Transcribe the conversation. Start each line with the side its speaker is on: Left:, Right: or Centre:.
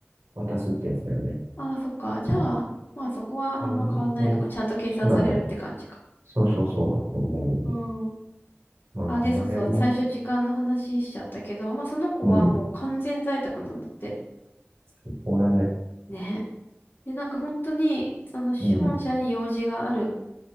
Right: 渡すってやつだよね。
Left: ああ、そっか。じゃあ、まあそこはあんま変わんないのか。
Right: あ別に、
Left: ちゃんと計算されるって感じか。
Right: そうだね。そうそうそうだと思うよ。
Left: うん。
Right: まあ、
Left: あ、
Right: その辺も、
Left: で、そうそう。最初時間の話しちゃったけど、まあその子はもう完全在宅なんだって。
Right: うん、最高だね。
Left: ね。で、なんか本当に、その本社に用事がある
Right: うん、